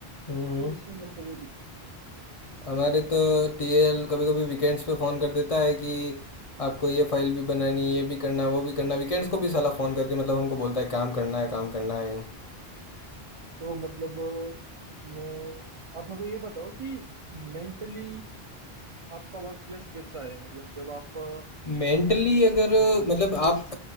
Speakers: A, on the left; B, on the right.
A: हम्म
B: तो उसमें मेरे को कोई दिक्कत नहीं आती है
A: हमारे तो टीएल कभी कभी वीकेंड्स पे फ़ोन कर देता है कि आपको ये फाइल भी बनानी ये भी करना वो भी करना वीकेंड्स को भी साला फ़ोन करके मतलब हमको बोलता है काम करना है काम करना है
B: तो मतलब मैं आप मेरे को ये बताओ कि मेंटली आपका वर्क प्लेस कैसा है मतलब जब आप
A: मेंटली अगर
B: वीकेंड
A: मतलब
B: से
A: आप